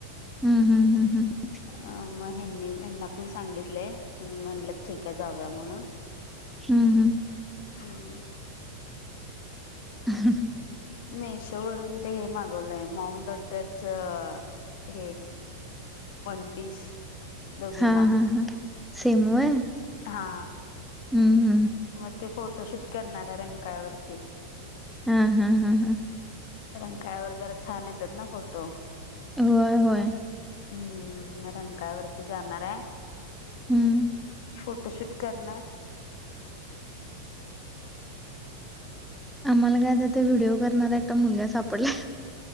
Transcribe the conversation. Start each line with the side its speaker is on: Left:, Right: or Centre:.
Centre: हम्, हम्म, हम्, हम्, ह-
Left: मग ह्यांनी त्यांना पण सांगितले ह्यांनी म्हटलं ठीक आहे जाऊया म्हणून
Centre: हम्, हम्म,
Left: खणी <unintelligible>
Centre: ह <unintelligible>
Left: मेशो वरून ते हे मागवलंय मॉमडट बटरचं हे वन पीस <unintelligible> दोघींना
Centre: हा, हा, हा, सेम व्हय-
Left: हां.
Centre: हम्, हम
Left: मग ते फोटोशूट करणार आहे रंकाळवरती.
Centre: हम हम हम हम
Left: रंकाळ्यावर जरा छान येतात ना फोटो.
Centre: होय, होय
Left: हम, म रंकाळ्यावरती जाणार आहे.
Centre: हम्म.
Left: फोटोशूट करणार
Centre: आम्हाला काय आता ते व्हिडिओ करणार एक मुलगा सापडला.